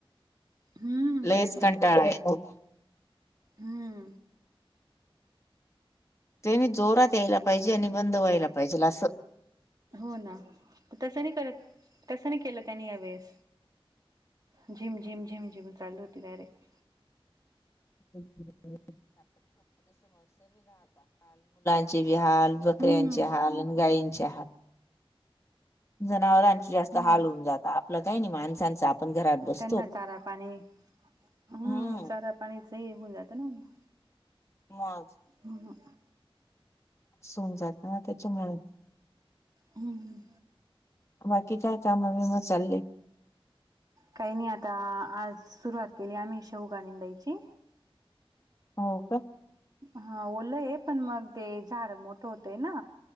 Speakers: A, on the right; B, on the left.
A: हम्म
B: लईच
A: तेच
B: कंटाळा येतो.
A: हं
B: त्यांनी जोरात यायला पाहिजे आणि बंद व्हायला पाहिजेल अस.
A: हो ना, तसं नाही करत तसं नाही केलं त्यांनी या वेळेस झिम झिम झिम झिम चालू होती डायरेक्ट.
B: <unintelligible> चे बी हाल, बकऱ्यांचे
A: हम्म
B: हाल आणि गायींचे हाल. जनावरांची जास्त
A: मग
B: हाल होऊन जाता, आपलं काही नाही माणसांच आपण घरात बसतो.
A: त्यांना चारा पाणी हं,
B: हम्म
A: चारा पाणी च हे होऊन जात ना मग.
B: मज
A: हं हं.
B: सोन जात ना त्याच्यामुळे
A: हम्म.
B: बाकी काय काम बीम चालले?
A: काही नाही आता आज सुरुवात केली आम्ही शेवगा निवडायची
B: हो का.
A: हा ओलंय पण मग ते झाड मोठ होतय ना